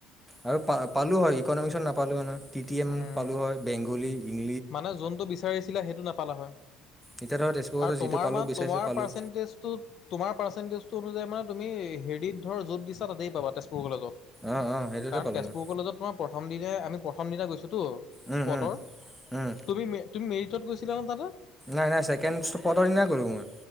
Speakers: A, in the centre; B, on the left.
A: আৰু প, পালো হয় ইকনমিক্সত নাপালো মানো টি টম
B: উম,
A: পালো হয়, বেংগলী, ইংলি
B: মানে যোনটো বিচাৰিছিলে সেইটো নাপ নাপালা হৈ,
A: এতিয়া ধৰ তেজপুৰতে
B: আৰু
A: যিটো পালোঁ বিচাৰিছিলোঁ
B: তোমাৰ
A: পালোঁ
B: পাৰ্চেন্টেজটোত যে মানে তুমি হেৰিত ধৰ যত দিছ তাতেই পাবা তে তেজপুৰ কলেজত
A: অঁ অঁ সেইটোতে
B: কাৰণ
A: পালোঁ
B: তেজপুৰ
A: মই
B: কলেজত তোমাৰ প্ৰথম দিনে আমি প্ৰথম দিনা গৈছোঁ। যটো
A: উম
B: স্পটৰ
A: উম উম
B: তুমি, তুমি মেৰিটত গৈছিলা ন তাতে?
A: নাই, নাই ছেকেণ্ড স্পটৰ দিনাই গলো মই।